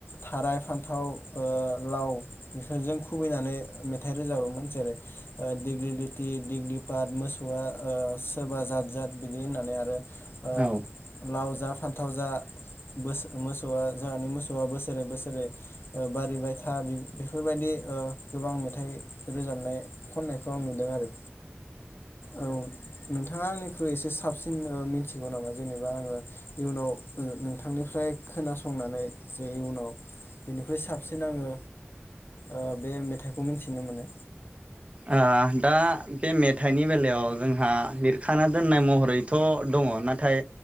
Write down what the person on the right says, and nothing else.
औ
आ दा बे मेथाइनि बेलायाव जोंहा लिरखाना दोननाय महरैथ' दङ नाथाय